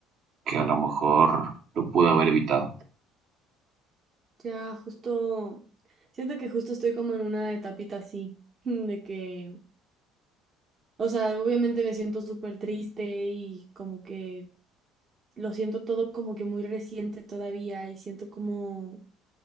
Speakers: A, on the right; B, on the right.
A: que a lo mejor lo pude haber evitado.
B: Ya, justo, siento que justo estoy como en una etapita así, <laughs> de que, o sea, obviamente me siento súper triste y como que lo siento todo como que muy reciente todavía y siento como,